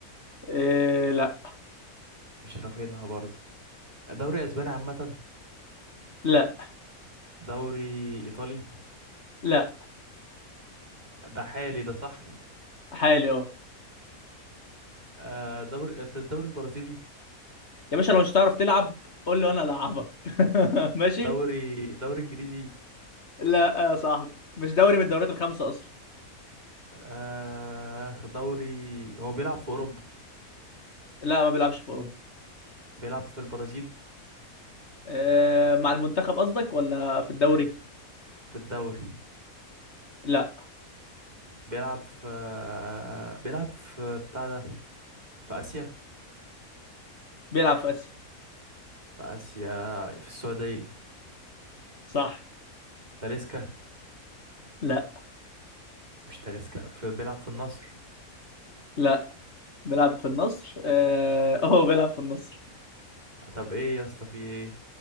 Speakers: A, on the left; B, on the right.
A: آه... لا
B: مش رافينها برضه دوري اسباني عامه
A: لا
B: دوري ايطالي
A: لا
B: ده حالي ده صح
A: حالي اه
B: آه، دوري في الدوري البرازيلي
A: يا باشا لو مش هتعرف تلعب قول لي وانا العبك <laughs> ماشي
B: دوري دوري انجليزي
A: لا يا صاحبي مش دوري من الدوريات الخمسه اصلا
B: آه، دوري هو بيلعب في اوروبا
A: لا ما بيلعبش في اوروبا
B: بيلعب في البرازيل
A: آه، مع المنتخب قصدك ولا في الدوري
B: في الدوري
A: لا
B: بيلعب في بيلعب في بتاع ده في آسيا
A: بيلعب في اسيا
B: في آسيا في السعودية
A: صح
B: تاليسكا
A: لا
B: مش تاليسكا في بيلعب في النصر
A: لا بيلعب في النصر اه هو بيلعب في النصر
B: طب ايه يا اسطى في ايه